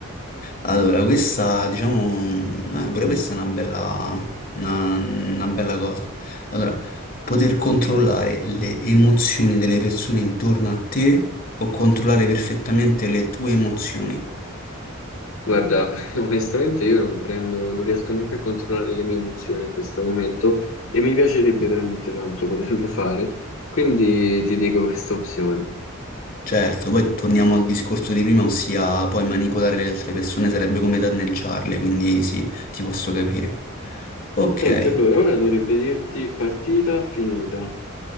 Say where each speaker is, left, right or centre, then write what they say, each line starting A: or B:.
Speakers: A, on the left; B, on the left.
A: Allora, questa, diciamo, eh, pure questa è una bella, una, una bella cosa. Allora, poter controllare le emozioni delle persone intorno a te o controllare perfettamente le tue emozioni.
B: Guarda, <laughs> onestamente io non prendo, non riesco neanche a controllare le mie emozioni in questo momento e mi piacerebbe veramente tanto poterlo fare, quindi ti dico questa opzione.
A: Certo, poi torniamo al discorso di prima, ossia poi manipolare le altre persone sarebbe come danneggiarle, quindi sì, ti posso capire. Ok,
B: Senti, allora ora dovrebbe dirti partita finita.